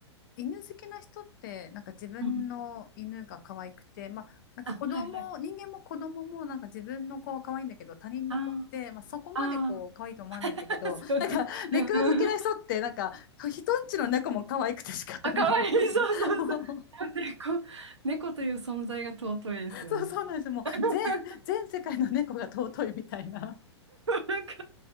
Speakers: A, on the left; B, on the right.
A: 犬好きな人って、なんか自分の犬が可愛くて、
B: うんうん
A: まあ、なんか子供、
B: あ、はいはい。
A: 人間も子供もなんか自分の子は可愛いんだけど、他人の子って、
B: あー
A: まあ、そこまでこう可愛いと思わないんだけど、
B: あー、<laughs> そう。
A: なんか猫好きな人って、
B: うんうん
A: なんか人んちの猫も可愛くて仕方ないみたいな。
B: あ、かわいい。そうそうそう。
A: もう
B: <laughs> 猫、猫という存在が尊いですよね。
A: そうそうなんですよ。
B: <laughs>
A: もう全、全世界の猫が尊いみたいな。
B: なんか